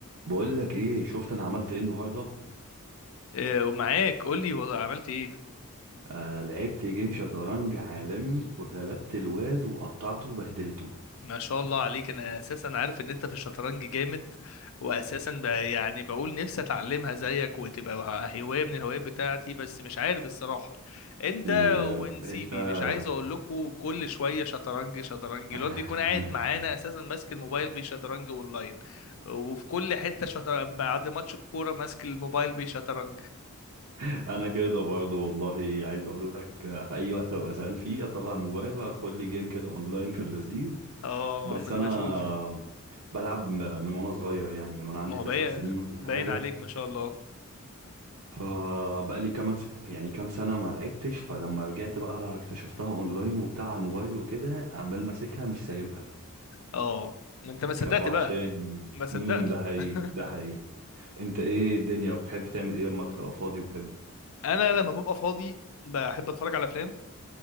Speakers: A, on the right; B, on the left.
A: بقول لك ايه شفت انا عملت ايه النهارده
B: آه، ومعاك قول لي والله عملت ايه
A: آه لعبت جيم شطرنج عالمي وغلبت الواد وقطعته وبهدلته
B: ما شاء الله عليك انا اساسا عارف ان انت في الشطرنج جامد واساسا ب- يعني بقول نفسي اتعلمها زيك وتبقى هوايه من الهوايات بتاعتي بس مش عارف الصراحه انت
A: يا
B: ونسيبي
A: باشا
B: مش عايز اقول لكم كل شويه شطرنج شطرنج
A: <laughs>
B: الواد بيكون قاعد معانا اساسا ماسك الموبايل بيشطرنج اونلاين وفي كل حته شطرنج بعد ماتش الكوره ماسك الموبايل بيشطرنج
A: انا كده برضو والله عايز اقول لك آه، في اي وقت ببقى زهقان فيه اطلع الموبايل اخد لي جيم كده اونلاين في اللذيذ
B: اه
A: بس
B: ما انا
A: انا
B: بشوف
A: بلعب م- من وانا صغير يعني من وانا عندي
B: ما هو
A: تسع
B: باين
A: سنين ولا
B: باين
A: حاجه
B: عليك ما شاء الله
A: فبقالي كمان سك... يعني كام سنة ما لعبتش فلما رجعت بقى اكتشفتها اونلاين وبتاع على الموبايل وكده عمال ماسكها مش سايبها
B: اه ما انت ما صدقت
A: كانت وحشاني
B: بقى ما صدقت
A: امم ده حقيقي
B: <laughs>
A: ده حقيقي انت ايه الدنيا بتحب تعمل ايه لما بتبقى فاضي وكده
B: انا لما ببقى فاضي بحب اتفرج على افلام